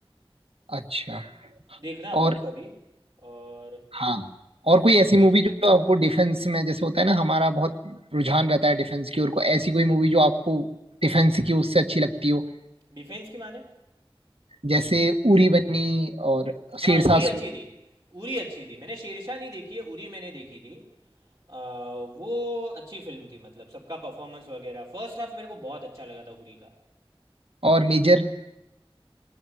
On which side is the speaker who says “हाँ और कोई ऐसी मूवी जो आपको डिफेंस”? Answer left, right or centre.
Right